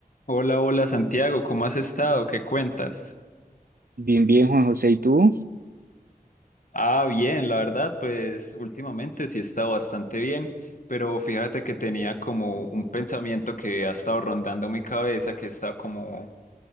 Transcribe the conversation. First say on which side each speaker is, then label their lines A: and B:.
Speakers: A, on the left (about 55°); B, on the right (about 70°).
A: Hola, hola Santiago, ¿cómo has estado? ¿Qué cuentas?
B: Bien, bien, Juan José, ¿y tú?
A: Ah, bien, la verdad, pues últimamente sí he estado bastante bien, pero fíjate que tenía como un pensamiento que ha estado rondando mi cabeza, que he estado como,